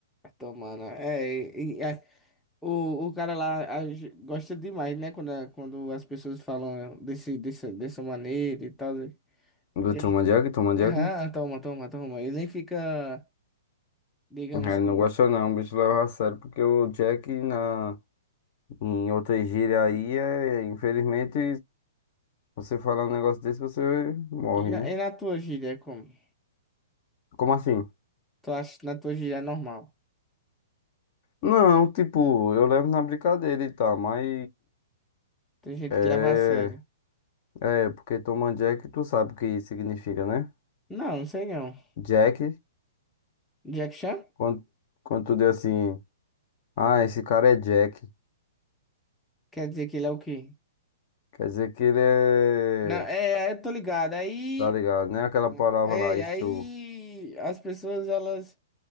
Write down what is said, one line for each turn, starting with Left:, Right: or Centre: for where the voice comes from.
Centre: Tomando. É, e- e- é, o, o cara lá a ge- gosta demais, né? Quando, a- quando as pessoas falam desse, dessa, dessa maneira e tal. né?
Left: Do
Centre: Ele,
Left: toma Jack, toma Jack.
Centre: ah, toma, toma, toma. Ele nem fica, digamos
Left: Ele
Centre: que.
Left: não gosta não, o bicho leva a sério, porque o Jack na, em outra gíria aí é, infelizmente, Você falar um negócio desse, você morre,
Centre: E, na-
Left: né?
Centre: e na tua gíria, é como?
Left: Como assim?
Centre: Tu acha que na tua gíria é normal?
Left: Não, tipo, eu levo na brincadeira e tal, mas
Centre: Tem gente
Left: é.
Centre: que leva a sério.
Left: É, porque toma Jack, tu sabe o que significa, né?
Centre: Não, não sei não.
Left: Jack,
Centre: Jack Chan?
Left: quando, quando tu diz assim, ah, esse cara é Jack,
Centre: Quer dizer que ele é o quê?
Left: quer dizer que ele é.
Centre: Não, é, é, eu tô ligado. Aí,
Left: Tá ligado, né? Aquela palavra
Centre: é,
Left: lá, estru.
Centre: aí as pessoas elas